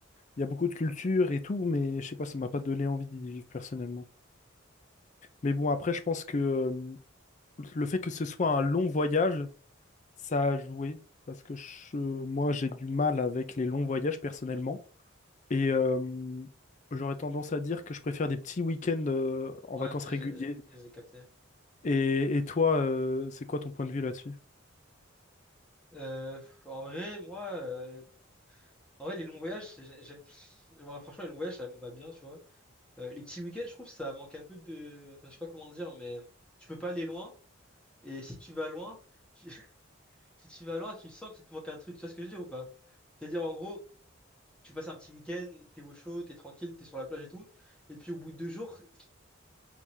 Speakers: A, on the left (about 35°); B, in the centre.
A: Il y a beaucoup de culture et tout, mais je sais pas, ça m'a pas donné envie d'y vivre personnellement. Mais bon, après, je pense que euh, le fait que ce soit un long voyage Ça a joué parce que je- moi j'ai du mal avec les longs voyages personnellement et euh, j'aurais tendance à dire que je préfère des petits week-ends euh, en
B: Ouais,
A: vacances
B: ok, j'ai
A: réguliers.
B: j'ai capté.
A: Et, et toi, euh, c'est quoi ton point de vue là-dessus?
B: Euh, en vrai, moi, euh, en vrai, les longs voyages, c'est- j'ai- j'aime. <sniffs> Ouais, franchement, les longs voyages, ça me va bien, tu vois. Euh, les petits week-ends, je trouve, ça manque un peu de. Enfin, je sais pas comment dire, mais tu peux pas aller loin. Et si tu vas loin, tu- <laughs> si tu vas loin, tu sens qu'il te manque un truc. Tu vois ce que je veux dire ou pas? C'est-à-dire, en gros, tu passes un petit week-end, t'es au chaud, t'es tranquille, t'es sur la plage et tout. Et puis, au bout de deux jours, <laughs>